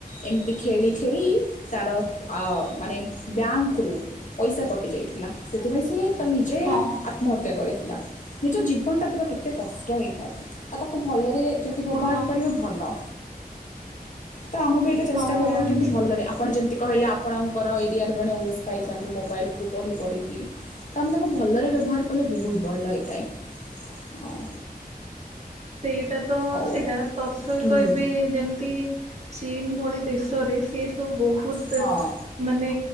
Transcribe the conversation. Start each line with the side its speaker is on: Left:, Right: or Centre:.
Left: ଏମିତି ଖେଳି ଖେଳି ତାର ଓ ମାନେ ବ୍ୟାଙ୍କରୁ ପଇସା କଟି ଯାଇଥିଲା ସେଥିପାଇଁ ସିଏ ତାର ନିଜେ
Right: ହଁ
Left: ଆତ୍ମହତ୍ୟା କରିଥିଲା ନିଜ ଜୀବନଟା ଦେବା କେତେ କଷ୍ଟ ହେଇଥାଏ। ଆଉ ତାକୁ ଭଲରେ ଯଦି ବ୍ୟବହାର
Right: ହଁ
Left: କରିବ ଭଲ। ତ ଆମେ ବି ଏଇଟା ଚେଷ୍ଟା
Right: ହଁ
Left: କରିବା ବି କେମିତି ଭଲରେ ଆପଣ ଯେମିତି କହିଲେ ଆପଣଙ୍କର ଏରିଆରେ ଜଣେ ଓଏସ୍ ପାଇଛନ୍ତି ମୋବାଇଲରୁ ପଢ଼ି ପଢ଼ିକି। ତ ଆମେ ତାକୁ ଭଲରେ ବ୍ୟବହାର କଲେ ବହୁତ ଭଲ ହେଇଥାଏ। ହଁ
Right: ସେଇଟା ତ
Left: ହଉ
Right: ସେଇଟା ତତ୍ ସହିତ
Left: ହୁଁ
Right: ଏବେ ଯେମିତି ଚୀନ ଭଳି ଦେଶରେ ସିଏ ତ ବହୁତ
Left: ହଁ
Right: ମାନେ